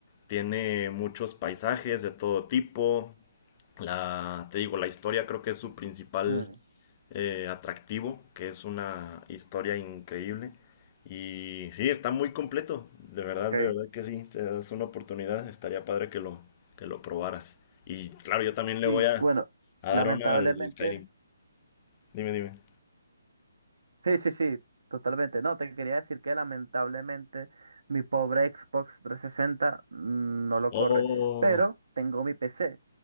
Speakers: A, on the left (about 25°); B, on the right (about 80°).
A: Tiene muchos paisajes de todo tipo, la, te digo, la historia creo que es su principal
B: Mm,
A: eh, atractivo, que es una historia increíble. Y sí, está muy completo. De verdad,
B: ok.
A: de verdad que sí. Te das una oportunidad. Estaría padre que lo, que lo probaras. Y claro, yo también le
B: Sí,
A: voy a,
B: bueno,
A: a
B: lamentablemente.
A: dar una al Skyrim. Dime, dime.
B: Sí, sí, sí, totalmente. No, te quería decir que lamentablemente mi pobre Xbox trescientos sesenta mm, no lo
A: Oh,
B: corre. Pero tengo mi PC.